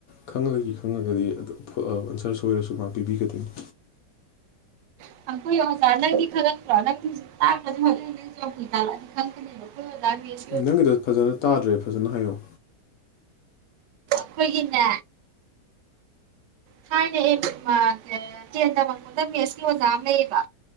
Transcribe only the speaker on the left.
ꯈꯪꯉꯒ ꯢ ꯈꯪꯉꯒ ꯢ ꯑꯗꯨ ꯑꯟꯁꯔ ꯁꯣꯏꯔꯁꯨ ꯃꯥꯛ ꯄꯤꯕꯤꯒꯗꯣꯏꯅꯤ
ꯅꯪꯒꯤꯗꯣ ꯐꯖꯅ ꯇꯥꯗ꯭ꯔꯦ ꯐꯖꯅ ꯍꯥꯏꯌꯣ